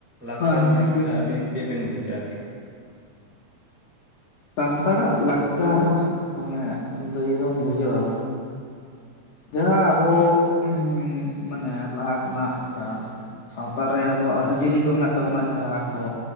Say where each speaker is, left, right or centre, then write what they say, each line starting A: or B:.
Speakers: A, in the centre; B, on the left.
A: ᱞᱟᱠᱪᱟᱨ
B: ᱦᱮᱸ
A: ᱢᱮᱱ
B: ᱜᱚᱢᱠᱮ
A: ᱞᱮᱠᱷᱟᱭ ᱟᱹᱵᱤᱱ ᱪᱮᱜ ᱵᱤᱱ ᱵᱩᱡᱟ ᱟᱨᱠᱤ?
B: ᱥᱟᱱᱛᱟᱲᱟᱜ ᱞᱟᱠᱪᱟᱨ ᱢᱟᱱᱮ ᱞᱟᱹᱭᱵᱚᱱ ᱵᱩᱡᱷᱟᱹᱣᱟ ᱡᱟᱦᱟᱸ ᱟᱵᱚ ᱩᱸᱢ ᱢᱟᱱᱮ ᱞᱟᱦᱟ ᱠᱷᱚᱱᱟᱜ ᱡᱟᱦᱟᱸ ᱥᱟᱶᱛᱟᱨ ᱨᱮ ᱟᱵᱚᱣᱟᱜ ᱟᱹᱨᱤᱪᱟᱹᱞᱤ ᱠᱚ ᱢᱮᱱᱟᱜ ᱛᱟᱵᱚᱱᱟ ᱡᱟᱦᱟᱸ ᱠᱚ